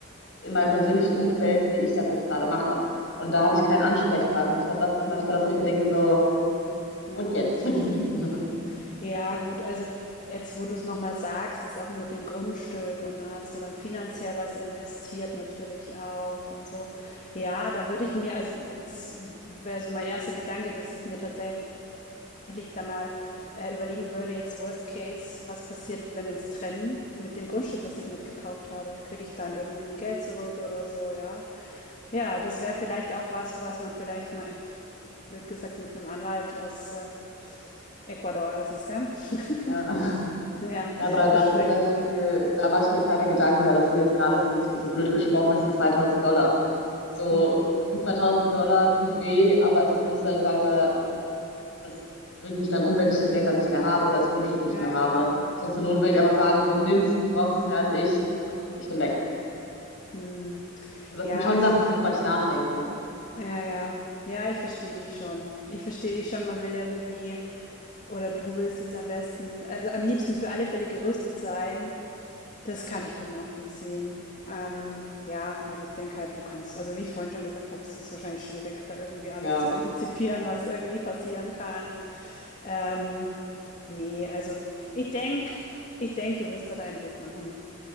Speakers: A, on the left; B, on the left.
A: in meinem persönlichen Umfeld, wie ich das jetzt gerade mache. Und da habe
B: Hm,
A: ich keinen Ansprechpartner und ich glaube, das ist manchmal das, wo ich mir denke, so,
B: ja,
A: und jetzt?
B: das
A: <laughs>
B: verstehe ich. Ja, gut, also jetzt, wo du es nochmal sagst, ist auch mit dem Grundstück und da hast du dann finanziell was investiert natürlich auch und so. Ja, da würde ich mir, also jetzt wäre so mein erster Gedanke, dass ich mir tatsächlich da mal äh, überlegen würde, jetzt Worst Case, was passiert, wenn wir uns trennen mit dem Grundstück, das ich mitgekauft habe? Kriege ich dann irgendwie ein Geld zurück oder so, ja? Ja, das wäre vielleicht auch was, was man vielleicht mal, blöd gesagt, mit einem Anwalt aus äh, Ecuador ist es, gell? <laughs>
A: Ja.
B: Ja,
A: Ja,
B: <laughs>
A: aber da
B: besprechen
A: zum Beispiel,
B: könnte.
A: da mache
B: Mhm.
A: ich mir keine Gedanken, weil das sind jetzt gerade, das sind so blöd gesprochen, das sind 2000 Dollar. So,
B: Mhm.
A: sind 2000 Dollar tut weh, aber ist jetzt nicht so, dass ich sage, da, das bringt mich dann um, wenn ich das Geld dann nicht mehr habe oder das Grundstück nicht
B: Ja,
A: mehr habe.
B: ja.
A: So, zur Not
B: Mhm,
A: würde ich einfach
B: okay.
A: sagen, so nimmst, du brauchst es mehr als ich, ich bin weg.
B: Mhm.
A: So, das
B: Ja,
A: sind schon
B: also,
A: Sachen, worüber ich nachdenke.
B: ja, ja. Ja, ich verstehe dich schon. Ich verstehe dich schon. Man will irgendwie, oder du willst jetzt am besten, also am liebsten für alle Fälle gerüstet sein. Das kann ich gut nachvollziehen. Ähm, ja, aber ich denke halt, du kannst, also wie ich vorhin schon gesagt habe, es ist wahrscheinlich schwierig, da irgendwie alles
A: Ja,
B: zu antizipieren, was irgendwie passieren kann. Ähm, nee, also ich denke, ich denk, du wirst da deinen Weg machen,